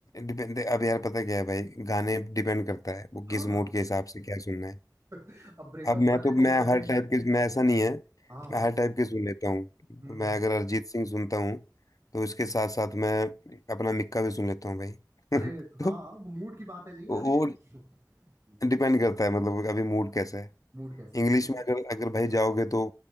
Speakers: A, on the left (about 50°); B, on the right (about 35°).
A: डिपेंड अब यार पता क्या है भाई गाने डिपेंड करता है वो
B: हाँ
A: किस मूड के हिसाब से क्या सुनना है
B: <laughs> अब ब्रेकअप
A: अब मैं
B: वाले
A: तो
B: को
A: मैं
B: कभी
A: हर टाइप के मैं ऐसा नहीं है
B: हाँ
A: मैं
B: हाँ
A: हर टाइप के सुन लेता हूँ
B: हम्म
A: मैं अगर अरिजीत सिंह सुनता हूँ तो उसके साथ साथ मैं अपना मिक्का भी सुन लेता हूँ भाई <laughs>
B: अरे हाँ
A: तो
B: वो मूड की बात है जी
A: वो
B: अरे <laughs>
A: डिपेंड करता है मतलब अभी मूड कैसा है
B: मूड कैसा
A: इंग्लिश
B: है
A: में अगर अगर भाई जाओगे तो